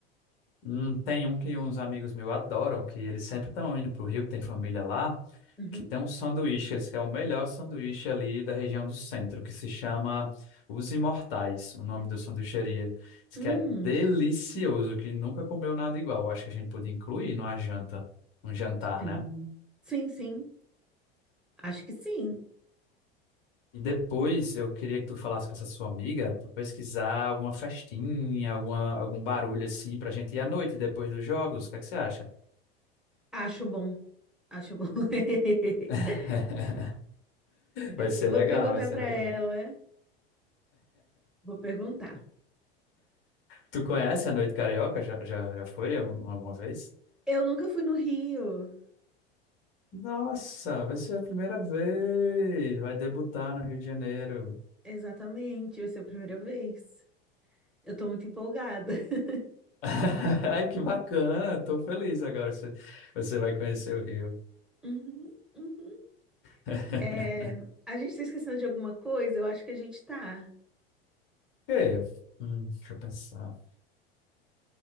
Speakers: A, on the left; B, in the centre.
A: Hum, tem um que uns amigos meus adoram, que eles sempre estão indo pro Rio, que tem família lá,
B: Uhum.
A: que tem um sanduíche, eles querem o melhor sanduíche ali da região do centro, que se chama Os Imortais, o nome da sanduicheria. Diz
B: Hum,
A: que é delicioso, que nunca comeu nada igual. Acho que a gente podia incluir numa janta, um jantar,
B: sim.
A: né?
B: Sim, sim. Acho que sim.
A: E depois eu queria que tu falasse com essa sua amiga pra pesquisar alguma festinha, alguma, algum barulho assim pra gente ir à noite depois dos jogos. O que é que você acha?
B: Acho bom. Acho bom. <laughs>
A: <laughs> Vai ser
B: Eu vou
A: legal,
B: perguntar
A: vai ser
B: pra
A: legal.
B: ela. Vou perguntar.
A: Tu conhece a Noite Carioca? Já, já, já foi algum- alguma vez?
B: Eu nunca fui no Rio.
A: Nossa, vai ser a primeira vez. Vai debutar no Rio de Janeiro.
B: Exatamente, vai ser a primeira vez. Eu tô muito empolgada. <laughs>
A: <laughs> Ai, que bacana. Tô feliz agora que você, você vai conhecer o Rio.
B: Uhum, uhum.
A: <laughs>
B: É, a gente tá esquecendo de alguma coisa? Eu acho que a gente tá.
A: E, hum, deixa eu pensar.